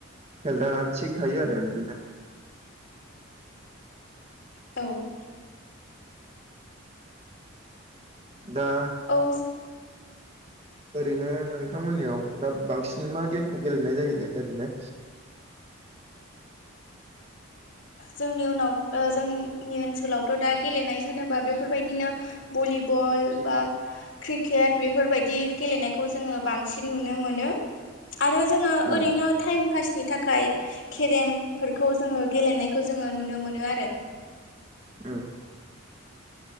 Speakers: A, on the right; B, on the left.
A: हेल्था थिग थायो आरो बिदिनो।
B: औ
A: दा
B: औस।
A: ओरैनो नोंथांमोननियाव दा बांसिन मा गेमखौ गेलेनाय जायो ओरैनो।
B: जोंनि उनाव जोंनि ओनसोलावथ' दा गेलेनाय होनोबा बेफोरबायदिनो भलिबल बा क्रिकेट बेफोरबायदि गेलेनायखौ जोङो बांसिन नुनो मोनो। आरो जोङो
A: उम
B: ओरैनो टाइम पासनि थाखाय केरेमफोरखौ जोङो गेलेनाय खौ जोङो नुनो मोनो आरो।
A: उम।